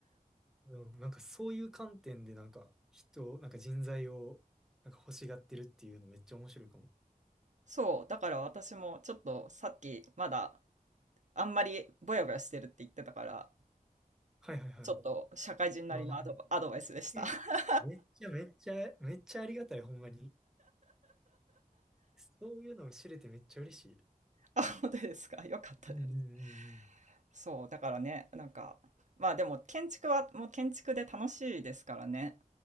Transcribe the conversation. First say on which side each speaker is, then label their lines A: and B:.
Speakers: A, in the centre; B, on the right (about 55°).
A: うんなんかそういう観点でなんか人、なんか人材をなんか欲しがってるっていうのめっちゃ面白いかも。
B: <laughs> そう。だから私もちょっとさっきまだあんまりぼやぼやしてるって言ってたから、
A: はいはいはい。
B: ちょっと社会人なりのアドバ、
A: ああ。
B: アドバイスでした。
A: え、
B: <laughs>
A: めっちゃめっちゃ、めっちゃありがたい、ほんまに。そういうのを知れてめっちゃ嬉しい。
B: あ、本当ですか。よかったです。
A: うんうんうんうん。
B: そう、だからね、なんか、まあでも建築はもう建築で楽しいですからね。